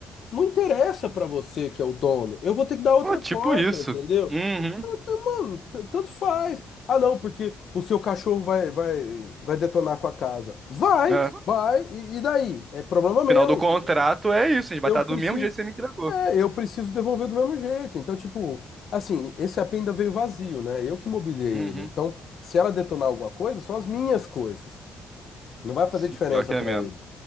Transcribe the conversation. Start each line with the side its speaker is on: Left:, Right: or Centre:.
Left: não interessa pra você que é o dono, eu vou ter que dar outra
Right: Pô, tipo
Left: porta,
Right: isso.
Left: entendeu?
Right: Uhum.
Left: Mano, t- tanto faz. Ah, não, porque o seu cachorro vai, vai, vai detonar com a casa. Vai,
Right: É.
Left: vai, e, e daí? É problema meu,
Right: Final do
Left: entendeu?
Right: contrato é isso, a gente vai
Left: Eu
Right: estar
Left: preciso
Right: do mesmo jeito que você me entregou.
Left: É, eu preciso devolver do mesmo jeito. Então, tipo, assim, esse AP ainda veio vazio, né? Eu que mobiliei
Right: Uhum.
Left: ele. Então, se ela detonar alguma coisa, são as minhas coisas. Não vai fazer
Right: Sim,
Left: diferença
Right: pior que
Left: pra
Right: é mesmo.
Left: ele.